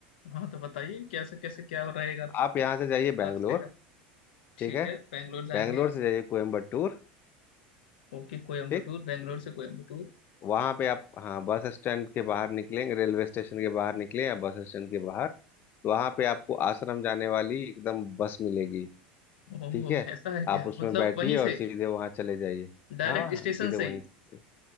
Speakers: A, on the left (about 80°); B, on the left (about 40°).
A: हाँ तो बताइए कैसे कैसे क्या रहेगा
B: आप यहाँ से जाइए बैंगलोर
A: रास्ते का ठीक
B: ठीक है
A: है बेंगलोर जाएंगे
B: बैंगलोर
A: यहाँ से
B: से जाइए कोयम्बटूर
A: ओके कोयम्बटूर
B: ठीक
A: बेंगलोर से कोयम्बटूर
B: वहाँ पे आप हाँ बस स्टैंड के बाहर निकलेंगे रेलवे स्टेशन के बाहर निकले या बस स्टैंड के बाहर तो वहाँ पे आपको आश्रम जाने वाली एकदम बस मिलेगी
A: ओह
B: ठीक है
A: ऐसा है
B: आप
A: क्या
B: उसमें
A: मतलब
B: बैठिए
A: वहीं
B: और
A: से
B: सीधे वहाँ चले जाइए
A: डायरेक्ट
B: हाँ
A: स्टेशन
B: हाँ, सीधे वहीं
A: से ही
B: से